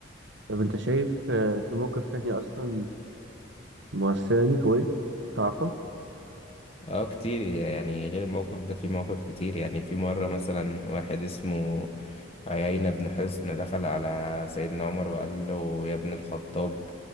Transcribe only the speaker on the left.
اه كتير يعني غير الموقف ده في مواقف كتير يعني في مرة مثلا واحد اسمه عيينة بن حصن دخل على سيدنا عمر وقال له يا ابن الخطاب